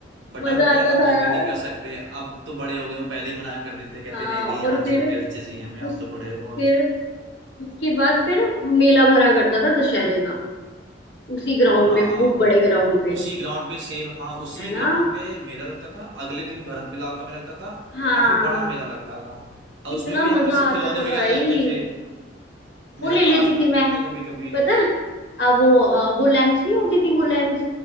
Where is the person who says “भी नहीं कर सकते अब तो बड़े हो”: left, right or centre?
Right